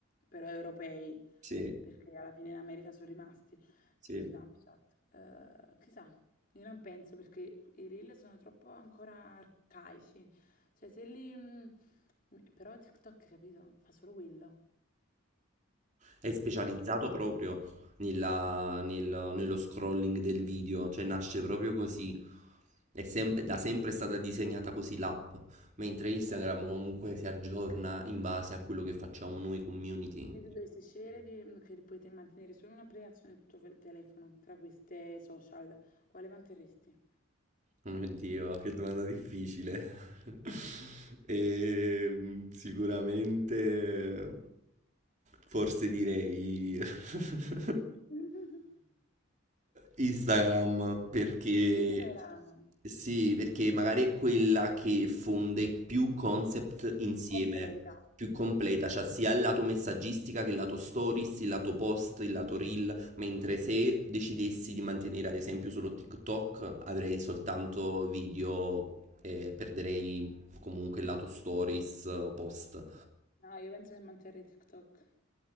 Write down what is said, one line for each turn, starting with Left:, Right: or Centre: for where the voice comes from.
Left: però europei,
Right: Sì,
Left: perché alla fine in America sono rimasti su
Right: sì.
Left: Snapchat. Eh, chissà, io non penso perché i reel sono troppo ancora arcaici. Cioè, se li... mh, però TikTok, capito? Fa solo quello.
Right: È specializzato
Left: Quindi,
Right: proprio nella- nel- nello scrolling del video, cioè nasce proprio così. È sempre, da sempre è stata disegnata così l'app, mentre Instagram comunque si aggiorna in base a quello che facciamo noi community.
Left: se tu dovessi scegliere di- mm, che potete mantenere solo un'applicazione e tutto il telefono, tra queste social, quale manterresti?
Right: Oh mio Dio, che domanda difficile. <laughs> E, sicuramente, forse direi <laughs>
Left: <laughs>
Right: Instagram, perché
Left: Instagram,
Right: sì, perché magari è quella che fonde più concept insieme,
Left: più completa.
Right: più completa, cioè sia il lato messaggistica che il lato stories, il lato post, il lato reel, Mentre se decidessi di mantenere ad esempio solo TikTok, avrei soltanto video e perderei comunque il lato stories o post.
Left: No, io penso che manterrei TikTok.